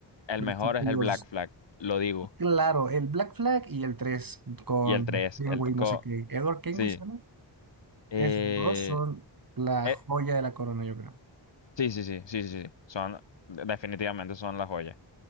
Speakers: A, on the left; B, on the right.
A: El
B: los
A: mejor
B: títulos.
A: es el Black Flag, lo digo.
B: Claro, el Black Flag y el 3 con
A: Y el tres
B: Kenway,
A: el
B: no
A: co-
B: sé qué, Edward Kenway
A: sí.
B: se llama.
A: Eh,
B: Esos dos son la
A: eh,
B: joya de la corona, yo creo.
A: sí, sí, sí, sí, sí, sí. Son, definitivamente son las joyas.